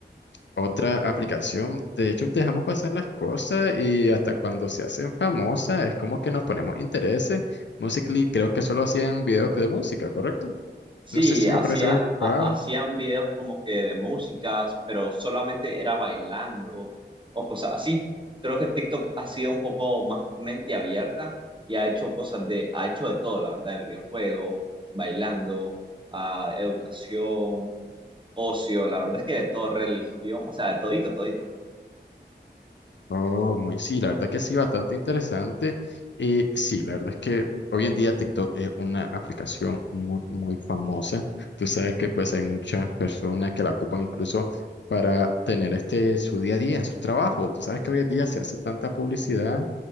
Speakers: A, on the left (about 75°); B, on the right (about 25°).
A: Otra aplicación, de hecho, dejamos pasar las cosas y hasta cuando se hacen famosas es como que nos ponemos intereses. Musical.ly creo que solo hacían videos de música, ¿correcto?
B: Sí,
A: No sé si
B: hacía,
A: me parece preocupado.
B: ha- hacían videos como que de músicas, pero solamente era bailando o cosas así. Creo que TikTok ha sido un poco más mente abierta y ha hecho cosas de, ha hecho de todo, la verdad, videojuegos, bailando, ah, educación, ocio, la verdad es que de todo, religión, o sea, de todito, todito.
A: Oh, muy sí, la verdad que sí, bastante interesante. Y sí, la verdad es que hoy en día TikTok es una aplicación muy, muy famosa. Tú sabes que pues hay muchas personas que la ocupan incluso para tener este su día a día, su trabajo. Tú sabes que hoy en día se hace tanta publicidad,